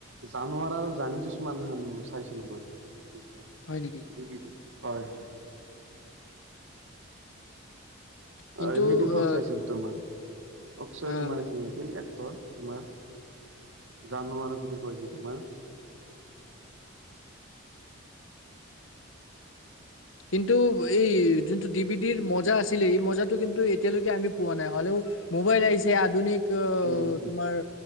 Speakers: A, on the right; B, on the left.
A: জানোৱাৰ আৰু জানি দুচমান খন চাইছিলো মই মানে।
B: হয় নেকি?
A: ডি ভি ডিত হয়।
B: কিন্তু
A: অ' সেই দুখন
B: অ
A: চাইছিলো তোমাৰ অক্ষয়
B: অ',
A: কুমাৰ আছিল নেকি? মেইন এক্টৰ তোমাৰ জানুৱাৰ বুলি কয় যে তোমাৰ।
B: কিন্তু এই যোনটো ডি বি ডিৰ মজা আছিলে, এই মজাটো কিন্তু এতিয়ালৈকে আমি পোৱা নাই হলেও। মোবাইল আহিছে আধুনিক
A: উম হম
B: তোমাৰ